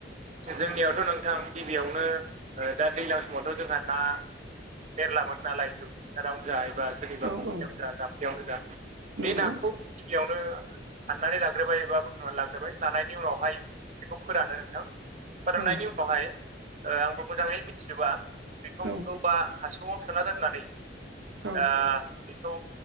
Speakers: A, on the right (about 40°); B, on the right (about 85°).
A: जोंनियावथ' नोंथां गिबियावनो ओ दा दैलां समावथ' जोंहा ना मेरला मोनो नालाय न्दुब्लि फोथारावनो जा एबा सोरनिबा
B: औ
A: फख्रियावनो
B: औ
A: जा जाम्फैयावनो जा
B: नंगौ
A: बे नाखौ गिबियावनो हाननानै लाग्रोबाय एबा बुथुमनानै लाग्रोबाय लानायनि उनावहाय बेखौ फोरानो नोंथां फोराननायनि
B: औ
A: उनावहाय ओ आंबो मोजाङै मिथिजोबा बेखौ
B: औ
A: औवा हासुङाव सोना दोननानै ओ
B: औ
A: बेखौ